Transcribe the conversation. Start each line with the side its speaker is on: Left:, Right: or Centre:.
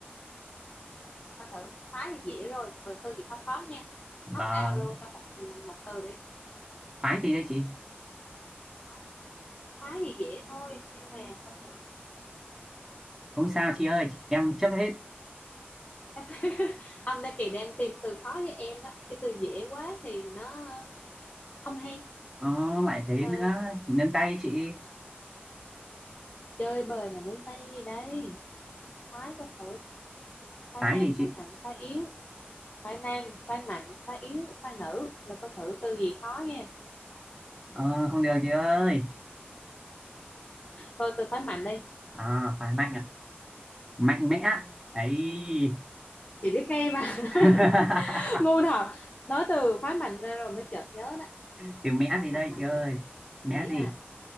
Left: coi thử phái thì dễ rồi từ từ gì khó khó nha
Centre: Vâng,
Left: lắp ao luôn trong một một từ đi
Centre: phái gì đây chị?
Left: phái phái thì dễ thôi nhưng mà coi thử
Centre: Không sao chị ơi, em chấp hết.
Left: Cách- <laughs> anh đang kỳ đang tìm từ khó với em đó cái từ dễ quá thì nó không hay
Centre: Ờ, lại thế
Left: Ờ,
Centre: nữa, nâng tay chị.
Left: chơi bời mà nướng tay gì đây phái có thử phái
Centre: Phái
Left: nam
Centre: gì chị?
Left: phái mạnh phái yếu phái nam phái mạnh phái yếu phái nữ là có thử từ gì khó nha
Centre: Ờ, không được chị ơi.
Left: thôi từ phái mạnh đi
Centre: À, phái mạnh à? Mạnh mẽ. Ấy.
Left: chị biết ngay mà
Centre: <laughs>
Left: <laughs> ngu thật nói từ phái mạnh ra rồi mới chợt nhớ đó
Centre: Từ mẽ
Left: phái
Centre: gì
Left: mạnh
Centre: đây
Left: mạnh
Centre: chị ơi?
Left: mẹ
Centre: Mẽ
Left: mẹ
Centre: gì?
Left: à